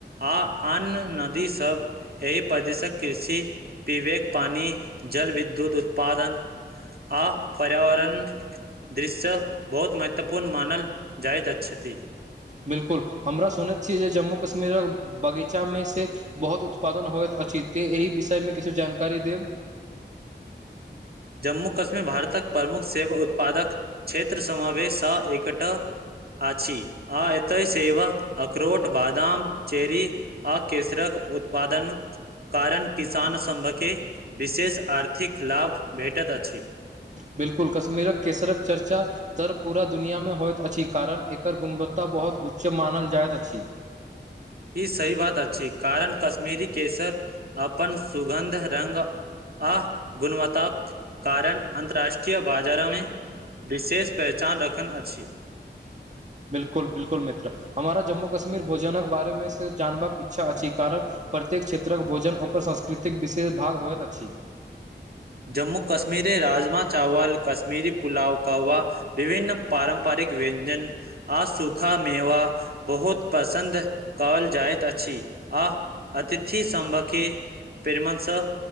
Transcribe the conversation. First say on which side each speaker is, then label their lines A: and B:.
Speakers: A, on the right; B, on the right.
A: आ अन्य नदी सब एहि प्रदेशक कृषि विवेक पानी जल विद्युत उत्पादन आ पर्यावरण दृश्य बहुत महत्वपूर्ण मानल जाइत अछति
B: बिल्कुल हमरा सुनैत छी जे जम्मू कश्मीरक बगीचा मे से बहुत उत्पादन होइत अछि त एहि विषयमे किछु जानकारी देब।
A: जम्मू कश्मीर भारतक प्रमुख सेैव उत्पादक क्षेत्र समावेश स एकटा आछि आ एतय सेव अखरोट बादाम चेरी आ केसरक उत्पादन कारण किसान सभके विशेष आर्थिक लाभ भेटत अछि।
B: बिल्कुल कश्मीरक केसरक चर्चा तर पूरा दुनियामे होइत अछि कारण एकर गुणवत्ता बहुत उच्च मानल जाइत अछि
A: ई सही बात अछि कारण कश्मीरी केसर अपन सुगन्ध रंग आ गुणवत्ताकाक कारण अन्तर्राष्ट्रीय बाजारामे विशेष पहचान रखन अछि
B: बिल्कुल बिल्कुल मित्र हमरा जम्मू कश्मीर भोजनक बारेमे से जानबाक इच्छा अछि कारण प्रत्येक क्षेत्रक भोजन ओकर संस्कृतिक विशेष भाग होइत अछि
A: जम्मू कश्मीरे राजमा चावल कश्मीरी पुलाव कवा विभिन्न पारम्परिक व्यञ्जन आ सूखा मेवा बहुत पसन्द कहल जाइत अछि आ अतिथि संभके प्रेमंसे